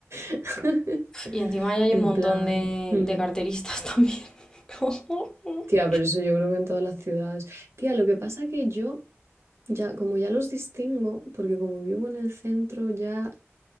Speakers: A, on the right (about 65°); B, on the left (about 15°).
A: <laughs>
B: Y encima ahí hay
A: En
B: un montón
A: plan,
B: de,
A: hmm.
B: de carteristas también. <laughs>
A: Tía, pero eso yo creo que en todas las ciudades. Tía, lo que pasa que yo ya, como ya los distingo, porque como vivo en el centro ya,